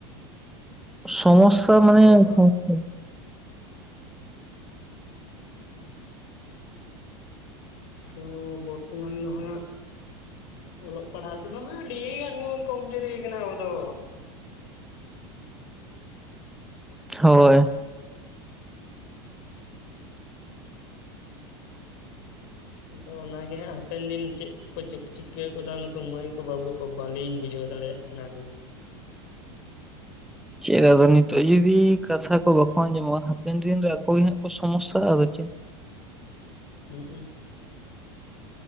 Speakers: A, in the centre; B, on the left.
A: ᱥᱚᱢᱚᱥᱟ
B: ᱦᱳᱭ
A: ᱢᱟᱱᱮ
B: ᱦᱳᱭ ᱦᱳᱭ
A: <unintelligible>
B: ᱟᱫᱚ ᱵᱚᱨᱛᱚᱢᱟᱱ ᱫᱚ ᱦᱟᱸᱜ ᱚᱞᱚᱜ ᱯᱟᱲᱦᱟᱣ ᱛᱮᱫᱚ ᱦᱟᱸᱜ ᱟᱹᱰᱤ ᱜᱟᱱ ᱜᱮᱵᱚᱱ ᱠᱚᱢᱡᱩᱨᱤ ᱟᱠᱟᱱᱟ ᱟᱵᱚ ᱫᱚ᱾
A: ᱦᱳᱭ
B: ᱟᱫᱚ ᱚᱱᱟᱜᱮ ᱦᱟᱸᱜ ᱦᱟᱯᱮᱱ ᱫᱤᱱ ᱪᱮᱫ ᱠᱚ ᱪᱤᱠᱟᱹᱣ ᱠᱟᱫᱟ ᱱᱩᱠᱩ ᱢᱟᱹᱭ ᱠᱚ ᱵᱟᱹᱵᱩ ᱠᱚ ᱵᱟᱹᱞᱤᱧ ᱵᱩᱡᱷᱟᱹᱣ ᱫᱟᱲᱮᱭᱟᱜ ᱠᱟᱱᱟ ᱞᱤᱧ
A: ᱪᱮᱫ ᱟᱫᱚ ᱱᱤᱛᱚᱜ ᱡᱩᱫᱤ ᱠᱟᱛᱷᱟ ᱠᱚ ᱵᱟᱠᱚ ᱟᱸᱡᱚᱢᱚᱜᱼᱟ ᱦᱟᱯᱮᱱ ᱫᱤᱱ ᱨᱮ ᱟᱠᱚ ᱜᱤ ᱦᱟᱸᱜ ᱠᱚ ᱥᱚᱢᱚᱥᱟᱼᱟ ᱟᱫᱚ ᱪᱮᱫ
B: ᱦᱩᱸᱩ